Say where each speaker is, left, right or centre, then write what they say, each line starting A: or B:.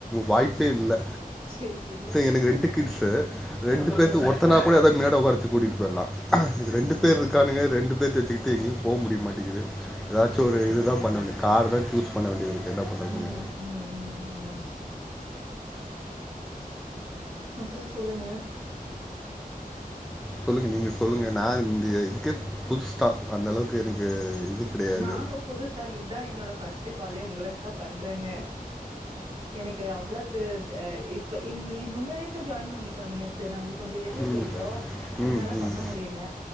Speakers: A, in the centre; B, on the right.
A: வாய்ப்பே இல்லை
B: சரி சரி
A: எனக்கு ரெண்டு கிட்ஸ்சு ரெண்டு பேர்த்த
B: செரி
A: ஒருத்தனா கூட அத மேட உச்ச கூட்டிட்டு போயலாம் இது ரெண்டு
B: ஆமா
A: பேர் இருக்கானங்க
B: ஆமாங்
A: ரெண்டு பே வச்சுக்கிட்டு எங்கயும் போ முடிய மாட்டேங்குது ஏதாச்சும்
B: செரி
A: ஒரு
B: செரி
A: இது
B: செரிங்
A: தான் கார் சூஸ் பண்ண வேண்டியது இருக்கு என்ன பண்ற
B: ம் ம் ம் ஆமாங் அப்றோ சொல்லுங்க
A: சொல்லுங்க நீங்க சொல்லுங்க நான் இந்த இதுக்கு புதுசு தான் அந்த அளவுக்கு எனக்கு இது கிடையாது.
B: நானும் புதுசாங்க இதான் என்னோட பஸ்ட் காலே உங்களுக்கு தான் பண்றேங்க எனக்கு அவ்ளோக்கு இப்ப இன்னி முந்தா நேத்தே ஜாயின் பண்ணிட்டோங்க நேத்து நாங்க கொஞ்சம் வெளியே
A: ம்,
B: போயிட்டோம் அதனால
A: ம், ம்,
B: பண்ண முடியல